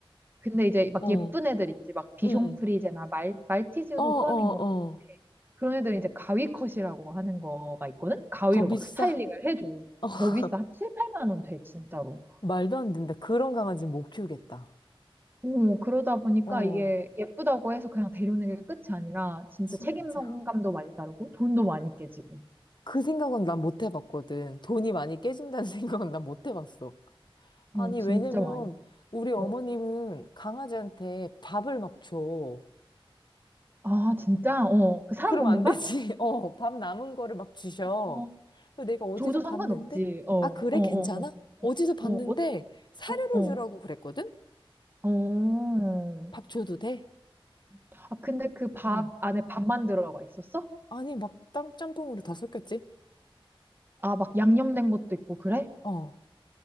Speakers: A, on the right; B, on the left.
A: 근데 이제 막
B: 어,
A: 예쁜 애들 있지. 막 비숑프리제나
B: 응.
A: 말, 말티즈도
B: 어, 어,
A: 포함인 것 같은데
B: 어.
A: 그런 애들은 이제 가위컷이라고 하는 거가 있거든? 가위로
B: 더 비싸?
A: 막 스타일링을 해줘.
B: 어, <laughs>
A: 더 비싸. 한 7, 8만 원 돼, 진짜로.
B: 말도 안 된다. 그런 강아지 못 키우겠다.
A: 오, 그러다 보니까
B: 어,
A: 이게 예쁘다고 해서 그냥 데려오는 게 끝이 아니라 진짜
B: 진짜.
A: 책임감도 많이 따르고 돈도 많이 깨지고.
B: 그 생각은 난 못 해봤거든. 돈이 많이 깨진다는 <laughs> 생각은 난 못 해봤어. 아니,
A: 오, 진짜
B: 왜냐면
A: 많이 깨지고.
B: 우리 어머님은
A: 어.
B: 강아지한테 밥을 막 줘.
A: 아, 진짜? 어, 그 사람
B: 그럼
A: 먹는
B: 안
A: 밥?
B: 되지. <laughs> 어, 밥 남은 거를 막 주셔.
A: 어,
B: 그래서 내가 어디서
A: 줘도
B: 봤는데?
A: 상관없지. 어, 어,
B: 아, 그래?
A: 어,
B: 괜찮아?
A: 어.
B: 어디서 봤는데
A: 어, 어,
B: 사료를
A: 어, 어.
B: 주라고 그랬거든?
A: 어. 어.
B: 밥 줘도 돼?
A: 아, 근데 그 밥
B: 응.
A: 안에 밥만 들어가 있었어?
B: 아니, 막 땀, 짬뽕으로 다 섞였지?
A: 아, 막 양념된 것도 있고, 그래?
B: 어,